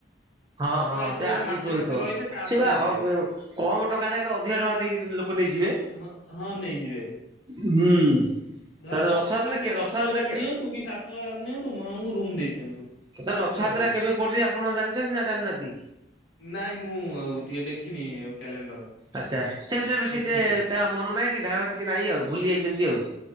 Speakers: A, on the right (about 20°); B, on the left (about 80°).
A: ହଁ,
B: ଲୋକ
A: ହଁ
B: ଏସବୁ
A: ସେ
B: ଏଇନା
A: ଆଗରୁ
B: ମାସେ
A: ଶୋଏଇଥିବ।
B: ମାସେ ରହିବେ ତାପରେ
A: ସେ ବା
B: ଯିବେ
A: ହବେଉ କମ୍ ଟଙ୍କା ଜାଗାରେ ଅଧିକା ଟଙ୍କା ଦେଇକିରି ଲୋକ ନେଇଯିବେ।
B: ହଁ, ହଁ ନେଇଯିବେ।
A: ହୁଁ।
B: ଧର!
A: ତାର
B: ପାଞ୍ଚ
A: ରଥଯାତ୍ରା
B: ହଜାର କି,
A: କେ
B: ଦଶ
A: ରଥଯାତ୍ରା
B: ହଜାର
A: କେ
B: ନିଅନ୍ତୁ, କି ସାତ ହଜାର ନିଅନ୍ତୁ, ମା ଆମକୁ ରୁମ୍ ଦେଇ ଦିଅନ୍ତୁ।
A: ଏଥର ରଥଯାତ୍ରା
B: ଆମେ ରହିବୁ
A: କେବେ ପଡୁଛି! ଆପଣ ଜାଣିଛନ୍ତି ନା ଜାଣିନାହାଁନ୍ତି?
B: ନାଇଁ, ମୁଁ ଆଉ ଟିକେ ଦେଖିନି କ୍ୟାଲେଣ୍ଡର।
A: ଆଚ୍ଛା, ସେ ବିଷୟରେ ବେଶୀ
B: ଦେଖିନି
A: ଟେ
B: ଆଉ
A: ତା ମନ ନାହିଁ କି, ଧାରଣା ଟିକେ ନାହିଁ। ଆଉ, ଭୁଲି ଯାଇଛନ୍ତି ଆଉ।